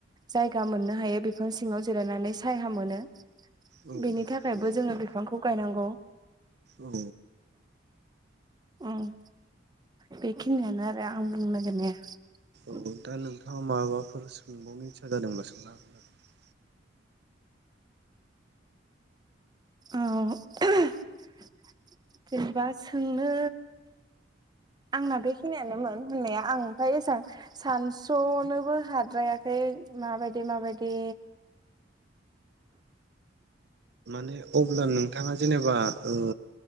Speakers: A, on the right (about 20°); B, on the right (about 60°).
A: जायगा मोननो हायो बिफां सिङाव जिरायनानै सायहा मोनो।
B: औ
A: बेनि थाखायबो
B: नंगौ
A: जोङो बिफांखौ गायनां गौ।
B: औ।
A: ओम बेखिनियानो आरो आं बुंनो नागिरनाया।
B: औ दा नोंथाङा माबाफोर सोंबावनो इस्सा जादोंबा सोंनो हागोन आरो।
A: औ जेनेबा सोंनो आंना बेखिनियानोमोन होननाया आं ओमफाय एसां सानस'नोबो हाद्रायाखै माबायदि माबायदि
B: ने अब्ला नोंथाङा जेनेबा ओ